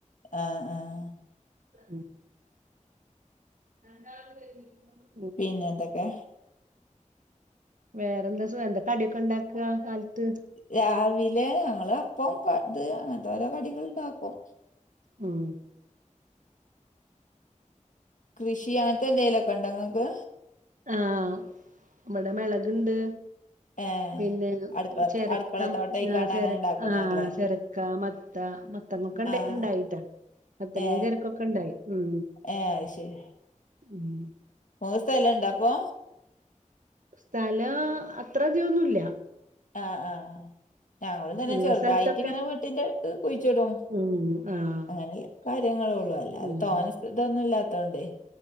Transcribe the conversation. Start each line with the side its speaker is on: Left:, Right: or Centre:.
Left: ആഹ് ആഹ്
Right: ഉം രണ്ടാളത് <unintelligible>
Left: പിന്നെ എന്തൊക്കെ
Right: വേറെന്ത സുകം. എന്താ കടിയൊക്കെ ഇണ്ടാക്ക കാലത്ത്
Left: രാവിലേ. ഞങ്ങള് അപ്പം ഇത് അങ്ങൻത്തോരൊ കടികള് ഇണ്ടാക്കും
Right: ഉം
Left: കൃഷി അങ്ങൻതെ എന്തേലൊക്കെണ്ടൊ ഇങ്ങക്ക്
Right: ആഹ് ഇവടെ മെളക്ണ്ട്
Left: ഏ
Right: പിന്നെ
Left: അടുക്കള
Right: ചെരക്കം
Left: അടുക്കളത്തോട്ടയ്ക്കാണ്
Right: ആഹ് ചെര
Left: അങ്ങനെ ഇണ്ടാക്കണല്ലേ
Right: ആഹ് ചെര- മത്ത മത്തങ്ങൊക്കെ ഇണ്ട്
Left: ആഹ്
Right: ഇണ്ടായിട്ടൊ മത്തങ്ങെ
Left: ഏ
Right: ചെരക്കയൊക്കെണ്ടായി ഉം
Left: ഏ അത് ശരി
Right: ഉം
Left: മൂന്ന് <unintelligible> സ്ഥലണ്ടൊ അപ്പോ
Right: സ്ഥലാ അത്രധികൊന്നുല്ല
Left: ആഹ് ആഹ് ഞങ്ങളും തന്നെ
Right: ഇള്ള
Left: ചെറുതായിട്ട്
Right: സ്ഥലത്തൊക്കെ
Left: ഇങ്ങനെ വീട്ടിന്റെ അടുത്ത് കുഴിച്ചിടും
Right: ഉം ആഹ്
Left: അങ്ങനെ കാര്യങ്ങളൊള്ളു അല്ലാതെ
Right: ഉം
Left: തോനെ ഇതൊന്നും ഇല്ലാത്തോണ്ടെ